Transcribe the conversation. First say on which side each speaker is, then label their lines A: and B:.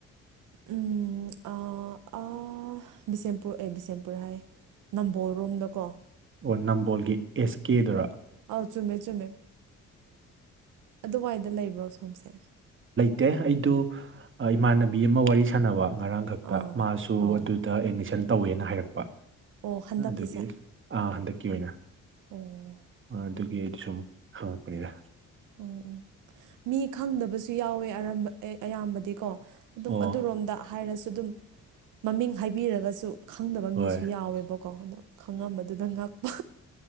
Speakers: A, on the right; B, on the right.
A: ꯎꯝ ꯑ ꯕꯤꯁꯦꯝꯄꯨꯔ ꯑꯦ ꯕꯤꯁꯦꯝꯄꯨꯔ ꯍꯥꯏ ꯅꯝꯕꯣꯜ ꯔꯣꯝꯗꯀꯣ
B: ꯑꯣ ꯅꯝꯕꯣꯜꯒꯤ ꯑꯦꯁ ꯀꯦꯗꯨꯔ
A: ꯑꯧ ꯆꯨꯝꯃꯦ ꯆꯨꯝꯃꯦ ꯑꯗꯨꯋꯥꯏꯗ ꯂꯩꯕ꯭ꯔꯣ ꯁꯣꯝꯁꯦ
B: ꯗꯦ ꯑꯩꯗꯨ ꯏꯃꯥꯟꯅꯕꯤ ꯑꯃ ꯋꯥꯔꯤ ꯁꯥꯟꯅꯕ ꯉꯔꯥꯡ ꯈꯛꯇ
A: ꯑꯥ
B: ꯃꯥꯁꯨ
A: ꯑꯧ
B: ꯑꯗꯨꯗ ꯑꯦꯗꯃꯤꯁꯟ ꯇꯧꯋꯦꯅ ꯍꯥꯏꯔꯛꯄ
A: ꯑꯣ ꯍꯟꯗꯛꯀꯤꯁꯦ
B: ꯑꯗꯨꯒꯤ
A: ꯑꯣ
B: ꯍꯟꯗꯛꯀꯤ ꯑꯣꯏꯅ
A: ꯎꯝ
B: ꯑꯗꯨꯒꯤ ꯑꯩꯗꯤ ꯁꯨꯝ ꯍꯥꯄꯅꯤꯔꯦ
A: ꯎꯝ ꯃꯤ ꯈꯪꯗꯕꯁꯨ ꯌꯥꯎꯋꯦ ꯑꯌꯥꯝꯕꯗꯤꯀꯣ ꯑꯗꯨꯝ
B: ꯑꯣ
A: ꯑꯗꯨꯔꯣꯝꯗ ꯍꯥꯏꯔꯁꯨ ꯁꯨꯗꯨꯨꯝ ꯃꯃꯤꯡ ꯍꯥꯏꯕꯤꯔꯒꯁꯨ ꯈꯪꯗꯕ
B: ꯍꯣꯏ
A: ꯃꯤꯁꯨ ꯌꯥꯎꯋꯦꯕꯀꯣ ꯑꯗꯣ ꯈꯪꯉꯝꯕꯗꯨꯗ ꯉꯛꯄ